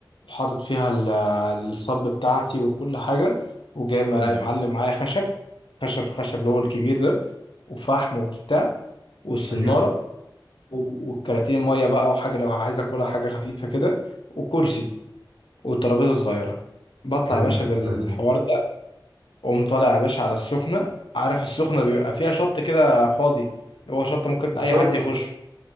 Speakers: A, on the left; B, on the right.
A: وحاطط فيها ال- الصب بتاعتي وكل حاجه وجايب مع-
B: ايوه
A: يا معلم معايا خشب خشب خشب اللي هو الكبير ده وفحم وبتاع والسناره
B: ايوه
A: و- والكراتين ميه بقى وحاجه لو عايز اكلها حاجه خفيفه كده وكرسي وترابيزه صغيره بطلع
B: فهمتك
A: يا باشا بالحوار
B: فهمت
A: ده واقوم طالع يا باشا على السخنه عارف السخنه بيبقى فيها شط كده فاضي اللي هو شط ممكن
B: بالظبط
A: اي حد يخش